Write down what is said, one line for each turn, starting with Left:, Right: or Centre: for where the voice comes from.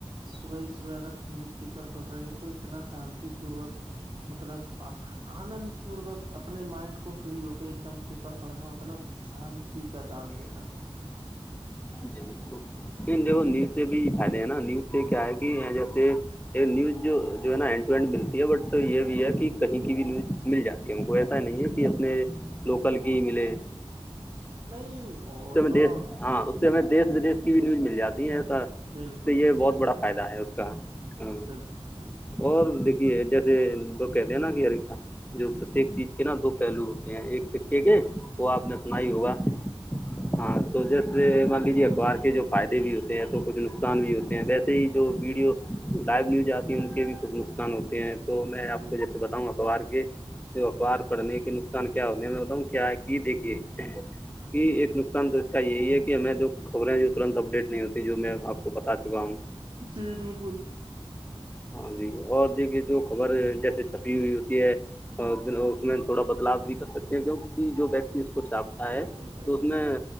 Right: صبح ہی صبح اگر نیوز پیپر پڑ رہے ہو تو اتنا شانتی پوروک مطلب آنند پوروک اپنے مائنڈ کو فری ہو کے ایک دم پیپر پڑھنا مطلب شانتی کا دان دینا
Left: جی بک دیک نیوز سے بھی فھیلے ہیں نا نیو سے کیا ہے کہ جیسے یہ نیوز جو جو ہے نا ہینڈ ٹو ہینڈ ملتی ہے بٹ یہ بھی ہے کہ کہیں کی بھی نیوز مل جاتی ہے ہم کو ایک ایسا نہیں ہے
Right: بالکل
Left: کہ اپنے لوکل کی ملے
Right: نہیں وہ
Left: اس سے
Right: تو
Left: دی ہاں اس سے ہمیں دیش ودی کی بھی نیوز مل جاتی ہے ایسا اس
Right: بالکل
Left: سے یہ بہت بڑا فائدہ ہے اس کا ہاں،
Right: بالکل بالکل
Left: اور دیکھیے جیسے لگ کہتے ہیں نا کہ ہر کا جو پرتیک چیز کے نا دو پہلو ہوتے ہیں ایک سے کے وہ آپ نے سنا ہی ہوگا
Right: ہاں
Left: ہاں تو جیسے مان لیجے اخبار کے جو فائدے بھی ہوتے ہیں تو کچھ نقصان بھی ہوتے ہیں ویسے جو ویڈیو لائو نیو ج آتی ہے ان کے بھی کچھ نقصان ہوتے ہیں تو میں
Right: جی
Left: آپ کو جیسے بتاؤں گا اخبار کے اخبار پڑھنے کے نقصان کیا ہوتے ہیں میں بتاؤں کیا ہے کی دیکھیے کہ ایک نقصان تو کا یہی ہے کہ ہمیں جو خبریں ہیں جو ترنت اپڈیٹ نہیں ہوتی جو میں آپ کو بتا چکا ہوں
Right: جی بالکل
Left: ہاں جی اور دیکھیے جو خبر جیسے چھپی ہوئی ہوتی ہے اس میں تھوڑا بدلاؤ بھی کر سکتے ہیں کیوںک کہ جو وتی کچھ آپتا
Right: بالکل
Left: ہے
Right: بھائی
Left: تو
Right: جان
Left: اس میں